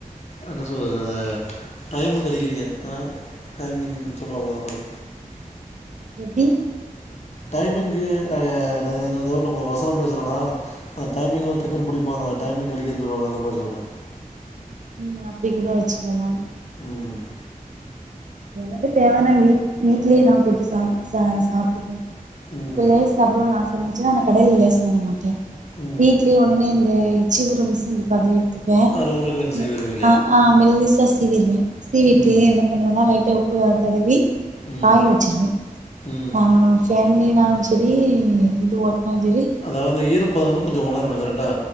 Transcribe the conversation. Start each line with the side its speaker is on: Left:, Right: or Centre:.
Left: என்ன சொல்றது அத டைமுக்கு அடிக்கிறீங்க ஆ டைமிங் சொல்லுவாங்கல அத மாரி
Right: எப்டி
Left: டைமிங்கு அப்றோ ஏதோதோ நம்ம ஒரு வசனோ பேசுறனா ஆமா டைமிங் எல்லா டக்குன்னு பிடிப்பாங்கல டைமிங் அடிக்குதுன்னு சொல்லவாங்கல இந்த மாதிரி சொல்றே
Right: ம் அப்டி கூட வெச்சுக்கலா
Left: உம்
Right: எனக்கு தேவனா வீட் வீட்லயே நா போட்டு சா ச சாப்ட்டுப்பே
Left: ம்
Right: இப்ப லேஸ் சாப்னுனு ஆச இருந்துச்சுன்னா நா கடையில லேஸ் வாங்க மாட்டே
Left: ம்
Right: வீட்லயே உடனே இந்த சிவுறு மிஷின்ருக்கு அது எடுத்துப்பே
Left: அதுல உருளக்கெழங்கு சீவிருவீங்க
Right: மெ ஆ ஆ மெல்லிஸா சீவிடுவே சீவிட்டு
Left: ம்
Right: என்ன பண்ணுவன்னா லைட்டா உப்பு தடவி
Left: ம்
Right: காய வெச்சிருவே
Left: ம்
Right: அ ஃபேன்லினாலு சரி இது ஒட்னா சரி
Left: அதாவுது ஈரப்பத வந்து கொஞ்ச உணரணு கரெக்டா